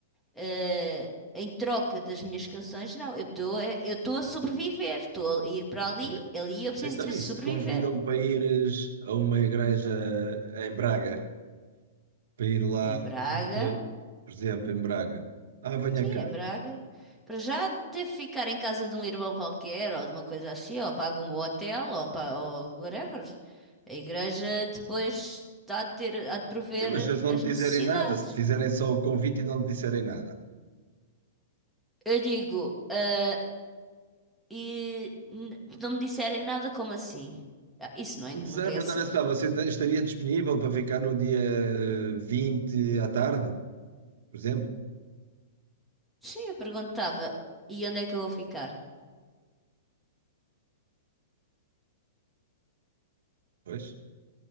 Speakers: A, in the centre; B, on the right.
A: eh, em troca das minhas canções, não. Eu estou a, eu estou a sobreviver, estou a ir para
B: Ok.
A: ali, ali eu preciso
B: Então,
A: de
B: isso,
A: sobreviver.
B: te convidam para ires a uma igreja em Braga, para ir lá
A: Em Braga.
B: ao culto, por exemplo, em Braga. Ah, venha
A: Sim,
B: cá.
A: em Braga. Para já devo ficar em casa de um irmão qualquer ou de uma coisa assim, ou pago um hotel ou, pa- ou whatever. A igreja depois há de ter, há de prover
B: Sim, mas se eles não
A: as
B: te
A: necessidades.
B: dizerem nada, se te fizerem só o convite e não te disserem nada.
A: Eu digo, ah, e n- não me disserem nada como assim. Ah, isso não é, nunca
B: Sara,
A: é
B: perguntar
A: assim.
B: se você estaria disponível para ficar no dia 20 à tarde, por exemplo?
A: Sim, eu perguntava, e onde é que eu vou ficar?
B: Pois,